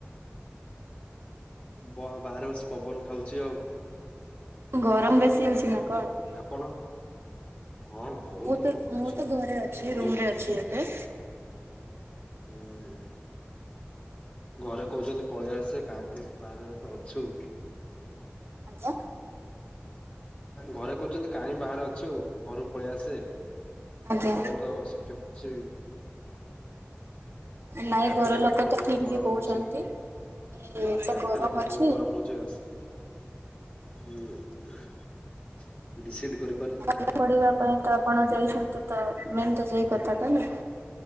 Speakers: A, on the left; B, on the right.
A: ବହ ବାହାରେ ବସି ପବନ ଖାଉଚି ଆଉ।
B: ଗରମ ବେଶୀ ହଉଚି ନା କଣ?
A: ଆପଣ। ହଁ ବହୁତ
B: ମୁଁ ତ
A: ଗରମ
B: ମୁଁ
A: ହଉଛି
B: ତ ଘରେ ଅଛି,
A: ରହି
B: ରୁମ
A: ହଉନି।
B: ରେ ଅଛି ଏବେ।
A: ହୁଁ ହୁଁ। ଘରେ କହୁଛନ୍ତି ପଳେଇ ଆସେ କାହିଁ ବାହାରେ ଏ ଅଛୁ।
B: ଆଜ୍ଞା।
A: ଘରେ କହୁଛନ୍ତି କାହିଁ ବାହାରେ ଅଛୁ ଘରକୁ ପଳେଇ ଆସେ
B: ଆଜ୍ଞା
A: ଗରମ ତ ସେଟି ସେଇ।
B: ନାଇଁ
A: କ୍ୟାପିଟାଲ
B: ଘର ଲୋକ
A: ଉପରେ
B: ତ
A: ବହୁତ
B: ଠିକ
A: ଗରମ
B: ବି କହୁଛନ୍ତି।
A: ହଉଛି
B: କି
A: ହଁ
B: ଏତେ
A: କ୍ୟାପିଟାଲ
B: ଗରମ
A: ଉପରେ
B: ଅଛି
A: ବହୁତ ଗରମ ହଉ ଚସ୍ ଉଁ ଡିସାଇଡ୍ କରି
B: ପାଠ ପଢିବା ପାଇଁ ତ ଆପଣ ଯାଇଛନ୍ତି। ତ ମେନ୍ ତ ସେଇ କଥା ଟା ନା,